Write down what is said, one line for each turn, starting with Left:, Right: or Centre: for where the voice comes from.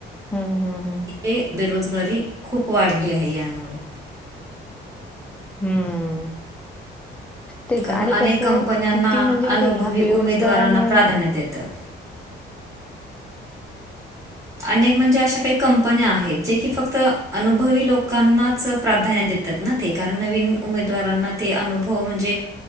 Centre: हा हा हा
Right: ते बेरोजगारी खूप वाढली आहे यामुळे
Centre: हम्म तेच
Right: कारण
Centre: आणि
Right: अनेक
Centre: कसं
Right: कंपन्यांना
Centre: किती म्हणजे
Right: अनुभवी
Centre: ह्या बेरोजगारामुळे
Right: उमेदवारांना प्राधान्य देतात अनेक म्हणजे अशा काही कंपन्या आहेत जे की फक्त अनुभवी लोकांनाच प्राधान्य देत त ना ते कारण नवीन उमेदवारांना ते अनुभव म्हणजे